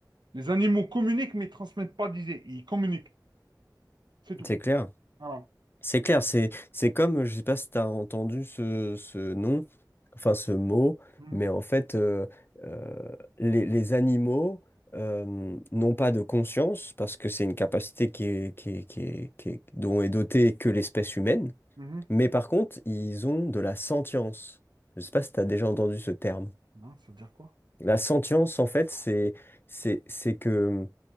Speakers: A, on the right; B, on the left.
A: Les animaux communiquent, mais ne transmettent pas d'idées. Ils communiquent. C'est tout.
B: C'est clair.
A: Voilà.
B: C'est clair, c'est c'est comme, je sais pas si tu as entendu ce, ce nom, enfin ce mot,
A: Mhm.
B: mais en fait, euh, euh, les, les animaux euh, n'ont pas de conscience, parce que c'est une capacité qui est, qui est- qui est- qui est- dont est dotée que l'espèce humaine,
A: Mhm.
B: mais par contre, ils ont de la sentience. Je sais pas si tu as déjà entendu ce terme.
A: Non, ça veut dire quoi?
B: La sentience, en fait, c'est c'est c'est que